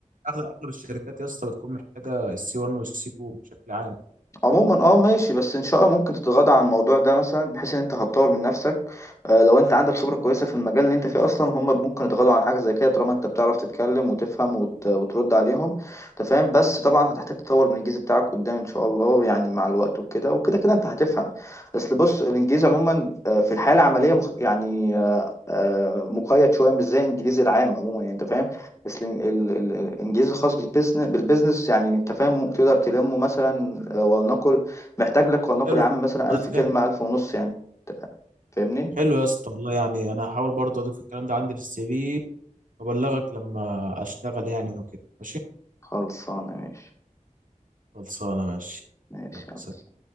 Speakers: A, on the right; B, on the left.
A: اغلب اغلب الشركات يا اسطى بتكون محتاجه السي 1 والسي 2 بشكل عام
B: عموما اه ماشي بس ان شاء الله ممكن تتغاضى عن الموضوع ده مثلا بحيث ان انت هتطور من نفسك آه، لو انت عندك خبرة كويسة في المجال اللي انت فيه اصلا هم ممكن يتغاضوا عن حاجة زي كده طالما انت بتعرف تتكلم وتفهم وت... وترد عليهم انت فاهم بس طبعا هتحتاج تطور من الانجليزي بتاعك قدام ان شاء الله يعني مع الوقت وكده وكده كده انت هتفهم بس بص الانجليزي عموما آه، في الحياة العملية مخ... يعني آه، آه، مقيد شوية مش زي الانجليزي العام عموما يعني انت فاهم بس ال- ال- ال- الانجليزي الخاص بالبيزنس بالبيزنس يعني انت فاهم تقدر تلمه مثلا آه، ولنقل محتاج لك ولنقل
A: حلو
B: يا عم مثلا
A: أنا
B: ألف كلمة
A: فاهم.
B: ألف ونص يعني فاهمني
A: حلو يا اسطى والله يعني انا هحاول برضه اضيف الكلام ده عندي في السي في وابلغك لما اشتغل يعني وكده ماشي
B: خلصانة ماشي
A: خلصانه ماشي
B: ماشي
A: يلا.
B: يلا.